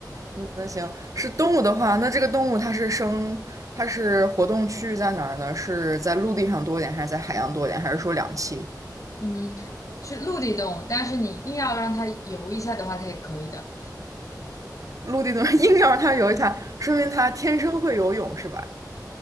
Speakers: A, on the right; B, on the left.
A: 嗯，那行，是动物的话，那这个动物它是生，它是活动区域在哪儿呢？是在陆地上多一点，还是在海洋多一点，还是说两栖？
B: 嗯，是陆地动物，但是你硬要让它游一下的话，它也可以的。
A: 陆地的 <laughs> 硬要让它游一下，说明它天生会游泳是吧？